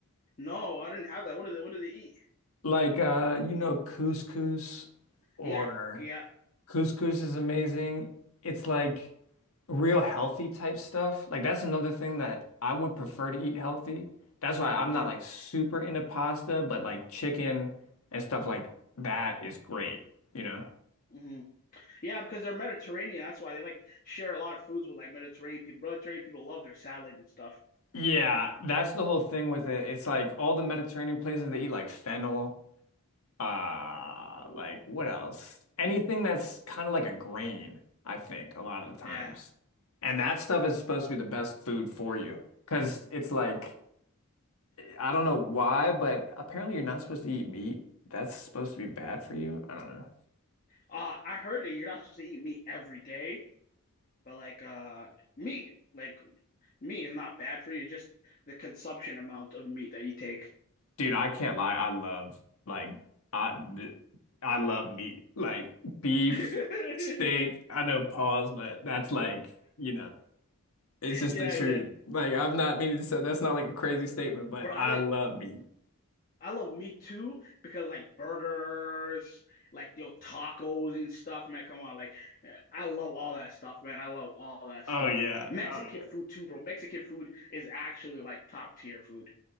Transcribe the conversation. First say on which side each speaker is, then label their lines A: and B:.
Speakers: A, on the left (about 35°); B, on the left (about 75°).
A: No, I didn't have that. What do they? What do they eat?
B: Like uh, you know, couscous or
A: Yeah, yeah.
B: Couscous is amazing. It's like
A: hmm
B: real healthy type stuff. Like that's another thing that I would prefer to eat healthy. That's why I'm
A: hmm
B: not like super into pasta, but like chicken and stuff like that is great, you know?
A: hmm Yeah, because they're Mediterranean. That's why they like share a lot of foods with like Mediterranean people. Really, Mediterranean people love their salad and stuff.
B: Yeah, that's the whole thing with it. It's like all the Mediterranean places they eat like fennel, uh like what else? Anything that's kind of like a grain, I think, a lot of the
A: Yeah.
B: times. And that stuff is supposed to be the best food for you because it's like I don't know why, but apparently you're not supposed to eat meat. That's supposed to be bad for you. I don't know.
A: Uh, I heard that you're not supposed to eat meat every day, but like uh, meat, like meat is not bad for you. Just the consumption amount of meat that you take.
B: Dude, I can't lie. I love like I th- I love meat. Like beef,
A: <laughs>
B: steak. I know pause, but that's like, you know, it's just
A: Yeah,
B: the truth.
A: yeah.
B: Like I'm not meaning to say that's not like a crazy statement, but
A: Bro, I
B: I
A: like
B: love meat.
A: I love Me Too because like burgers, like your tacos and stuff, man. Come on, like I love all that stuff, man. I love all that
B: Oh
A: stuff.
B: yeah.
A: Mexican
B: Oh yeah.
A: food too, bro. Mexican food is actually like top tier food.